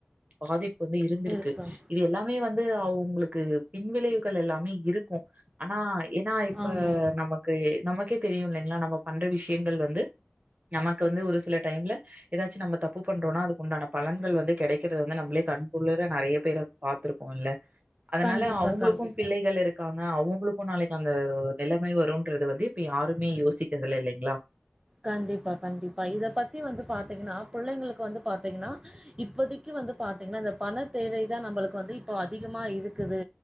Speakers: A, on the right; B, on the right.
A: பாதிப்பு வந்து இருந்துருக்கு
B: இருக்கும்
A: இது எல்லாமே வந்து அவுங்களுக்கு பின்விளைவுகள் எல்லாமே இருக்கோ ஆனா ஏன்னா இப்ப
B: ஆமா
A: நமக்கு நமக்கே தெரியு இல்லைங்களா நம்ம பண்ற விஷ்யோங்கள் வந்து நமக்கு வந்து ஒரு சில டைம்ல ஏதாச்சு நம்ம தப்பு பண்றோனா அதுக் உண்டான பலன்கள் வந்து கெடைக்கறத வந்து நம்மளே கண்குளுற நறைய பேர பாத்துருக்கோல்ல அதனால
B: கண்டிப்பா
A: அவுங்களுக்கு
B: கண்டிப்பா
A: பிள்ளைகள் இருக் காங்க அவுங்களுக்கு நாளைக்கி அந்த நிலைமை வரும்ன்றது வந்து இப்ப யாருமே யோசிக்கிறதுல இல்லைங்களா
B: கண்டிப்பா கண்டிப்பா இத பத்தி வந்து பாத்தீங்கன்னா புள்ளைங்களுக்கு வந்து பாத்தீங்கன்னா இப்போதிக்கி வந்து பாத்தீங்கன்னா இந்த பண தேவைதா நம்மளுக்கு வந்து இப்போ அதிகமா இருக்குது